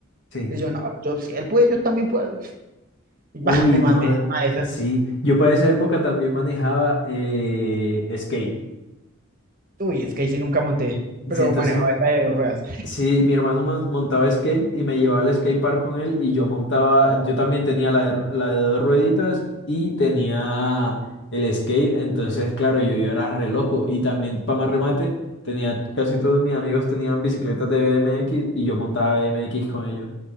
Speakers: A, on the left (about 55°); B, on the right (about 40°).
A: sí.
B: Y yo, no, yo, si él puede, yo también puedo. Y
A: Uy,
B: bah, me
A: no,
B: mandé en una de esas.
A: sí. Yo para esa época también manejaba eh, skate.
B: Uy, es que ahí sí nunca monté,
A: Y
B: pero
A: entonces
B: manejaba esa de dos ruedas.
A: Sí, mi hermano mon- montaba skate y me llevaba al skate park con él y yo montaba, yo también tenía la de, r- la de dos rueditas y tenía el skate, entonces claro, yo, yo era re loco y también para más remate, tenía casi todos mis amigos tenían bicicletas de BMX y yo montaba BMX con ellos.